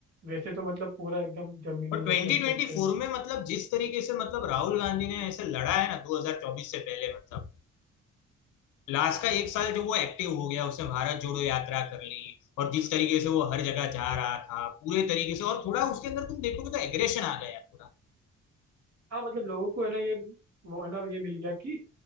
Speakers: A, on the right; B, on the left.
A: वैसे तो मतलब पूरा एकदम जमीनी
B: और 2024
A: एकदम तरीके से लड़-
B: में मतलब जिस तरीके से मतलब राहुल गांधी ने ऐसे लड़ा है ना 2024 से पहले मतलब लास्ट का एक साल जो वो एक्टिव हो गया उसने भारत जोड़ो यात्रा कर ली और जिस तरीके से वो हर जगह जा रहा था पूरे तरीके से और थोड़ा उसके अंदर तुम देखोगे तो एग्रेशन आ गया थोड़ा
A: हाँ मतलब लोगों को है ना ये वो है ना ये मिल गया कि